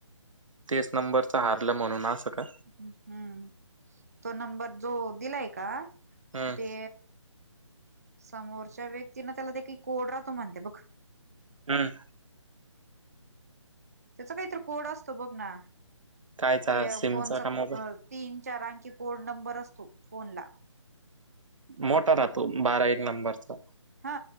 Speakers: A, on the right; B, on the right.
A: तेच नंबरच हारलं म्हणून असं का.
B: हम्म तो नंबर जो दिलाय का.
A: हम्म
B: ते समोरच्या व्यक्तीने त्याला ते काही कोड राहतो म्हणते बघ
A: हम्म.
B: त्याचा काहीतरी कोड असतो बघ ना.
A: कायचा
B: ते
A: सिमचा
B: फोनचा
A: का मोबाईल
B: अ तीन चार अंकी कोड नंबर असतो फोनला.
A: मोठा राहतो बारा एक नंबरचा.
B: हा